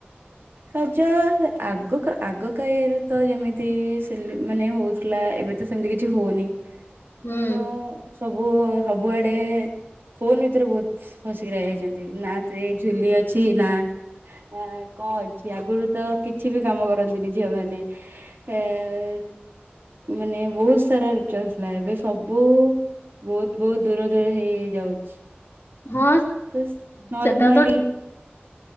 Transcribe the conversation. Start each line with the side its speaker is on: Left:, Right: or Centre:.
Right: ରଜ-ଅ ଆଗକା ଆଗକାଇଆରେ ତ ଯେମିତି ସେଲ ମାନେ, ହଉଥିଲା ଏବେ ତ ସେମିତି କିଛି ହଉନି।
Left: ହୁଁ
Right: ତୋର ସବୁ-ସବୁଆଡେ ଫୋନ୍ ଭିତରେ ବହୁତ୍ ଫସିକି ରହି ଯାଇଛନ୍ତି। ନା ସେ ଝୁଲି ଅଛି ନା ଆକ୍ କଣ ଅଛି, ଆଗରୁ ତ କିଛି ବି କାମ କରନ୍ତିନି ଝିଅ ମାନେ? ଏ-ଏକ୍ ମାନେ ବହୁତ ସାରା ରିଚୁଆଲ୍ ଥିଲା। ଏବେ ସବୁ ବହୁତ୍ ବହୁତ୍ ଦୂର ଦୂର ହେଇ ହେଇ ଯାଉଛି।
Left: ହଁ
Right: ବାସ୍ ନର୍ମାଲି
Left: ସେଟା ତ